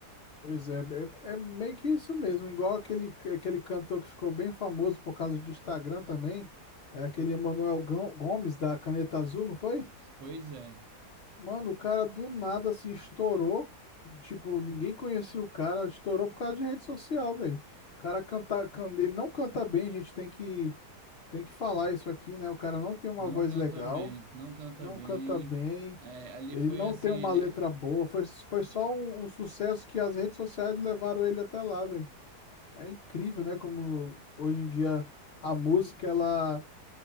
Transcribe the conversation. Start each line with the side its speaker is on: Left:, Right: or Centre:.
Left: pois é, é, é meio que isso mesmo, igual aquele, aquele cantor que ficou bem famoso por causa de Instagram também, é aquele Emanuel Gão- Gomes da Caneta Azul, não foi?
Right: Pois é,
Left: Mano, o cara do nada assim estourou. Tipo, ninguém conhecia o cara, estourou por causa de rede social, velho. O cara canta, can- ele não canta bem, a gente tem que tem que falar isso aqui, né? O cara não tem uma
Right: não
Left: voz
Right: canta
Left: legal,
Right: bem, não canta
Left: não
Right: bem.
Left: canta bem,
Right: É, ali
Left: ele
Right: foi
Left: não
Right: assim,
Left: tem
Right: ele
Left: uma letra boa. Foi, foi só um, um sucesso que as redes sociais levaram ele até lá, velho. É incrível, né? Como hoje em dia a música ela